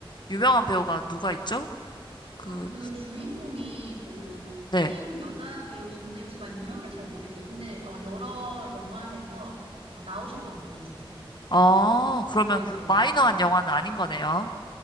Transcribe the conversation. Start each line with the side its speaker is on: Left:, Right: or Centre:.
Left: 유명한 배우가 누가 있죠? 그,
Right: 아, 그 주인공이 그 흑인
Left: 네.
Right: 여자 배우신데 제가 이름을 잘 모르겠어요. 근데 어, 여러 영화에서 어, 나오셨던 분이세요.
Left: 어, 그러면
Right: 네네.
Left: 마이너한 영화는 아닌 거네요.